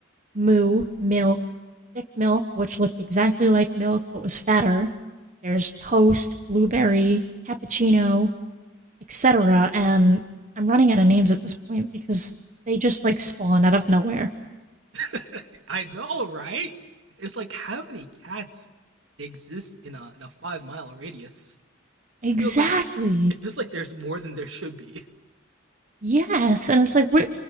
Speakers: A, on the right (about 35°); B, on the right (about 65°).
A: Moo, Milk, Thick Milk, which looked exactly like Milk but was fatter. There's Toast, Blueberry, Cappuccino, etc. And I'm running out of names at this point because they just like spawn out of nowhere.
B: <laughs> I know, right? It's like how many cats exist in a in a five mile radius?
A: Exactly.
B: It feels like it feels like there's more than there should be.
A: Yes. And it's like, where,